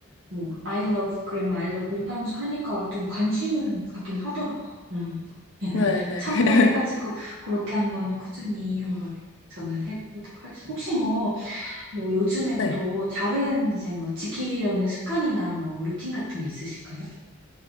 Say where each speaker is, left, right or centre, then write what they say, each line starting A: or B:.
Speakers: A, on the right; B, on the left.
A: 뭐 I love grandma, I love grandpa 하면서 하니까 좀 관심을 갖긴 하더라고. 음. <laughs>
B: 네네.
A: 참고해가지고
B: <laughs>
A: 그렇게 한번 꾸준히 한번 저는 해보도록 하겠습니다. 혹시 뭐, 뭐 요즘에
B: 네.
A: 또 다른 이제 뭐 지키려는 습관이나 뭐 루틴 같은 게 있으실까요?